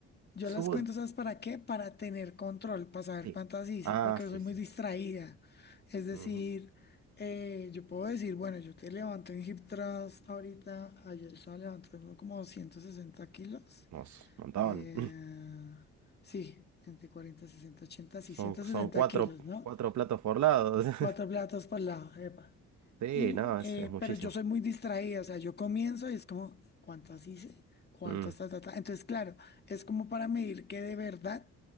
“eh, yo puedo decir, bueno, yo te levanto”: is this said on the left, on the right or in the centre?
Left